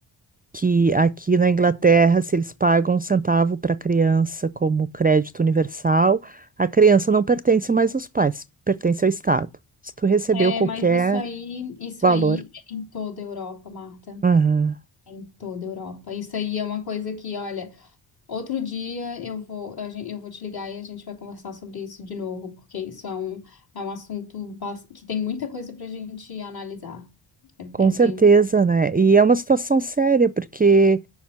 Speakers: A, on the right; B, on the left.
A: que aqui na Inglaterra, se eles pagam um centavo para a criança como crédito universal, a criança não pertence mais aos pais, pertence ao Estado. Se tu recebeu
B: é,
A: qualquer
B: mas isso aí, isso
A: valor.
B: aí é em toda a Europa, Marta.
A: Aham.
B: É em toda a Europa. Isso aí é uma coisa que, olha. Outro dia eu vou, a gen- eu vou te ligar e a gente vai conversar sobre isso de novo, porque isso é um, é um assunto bas- que tem muita coisa para a gente analisar. É,
A: Com
B: é
A: certeza,
B: bem
A: né? E é uma situação séria, porque